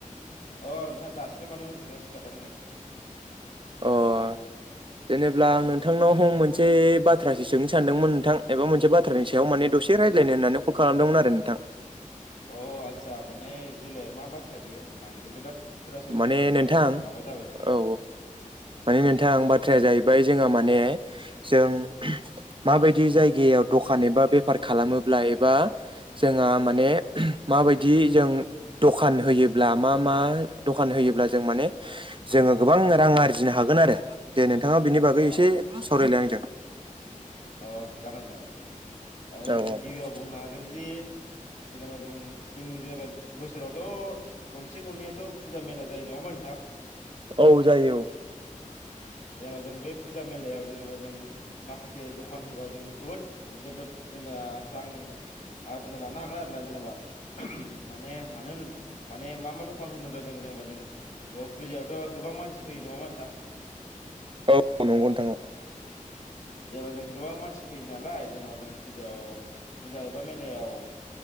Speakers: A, on the left; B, on the right.
A: अ नोंथां दासो माने उन्दुना सिखारदां नै।
B: अ'।
A: <inaudible>
B: जेनेबा आं नोंथांनाव हम मोनसे बाथ्रासो सोंनो सानदोंमोन नोंथां एबा मोनसे बाथ्रानि सायाव माने दसे राय ज्लायनो होननानै कल खालामदोंमोन आरो नोंथां।
A: अ आतसा माने देलाय मा बाथ्रा बियो आंबो जोबोद खोनासंनो
B: माने नोंथां
A: माबा जाबाय माने
B: औ औ माने नोंथां बाद बाथ्राया जाहैबाय जोंहा माने जों माबायदि जायगायाव दखान एबा बेफार खालामोब्ला एबा जोंहा माने माबायदि जों दखान होयोब्ला मा मा दखान होयोब्ला जों माने जोङो गोबां रां आरजिनो हागोन आरो दे नों थाङा बिनि बागै
A: अ
B: एसे सावरायलाय आंजों।
A: अ जागोन जागोन नोंथां दा जों
B: औ औ
A: गिबियाव बुंनो हाग्रोदि जेनेबा जों जोंनि जेनेबा बोसोरावथ' खनसे खननैयाथ' फुजा मेला जायो नङा होमबा नोंथां? <unintelligible>
B: औ जायो औ।
A: जेनेबा जों बे फुजा मेलायाव जेनेबा जों माखासे दखान होबा जों गोबोद जोबोद जेनेबा रां आरजिना लानो हागोन आरो ना जेनेबा माने मानो होन माने मा मा दखान होनोब्ला जों जेनेबा जों अ फुजायावथ' गोबां मानसि फैयो नङा होमबा नोंथां?
B: औ नंगौ नोंथां औ।
A: औ। जेनेबा जों गोबां मानसि फैयो नालाय जेनेबा जों फुजायाव फुजा एबा मेलायाव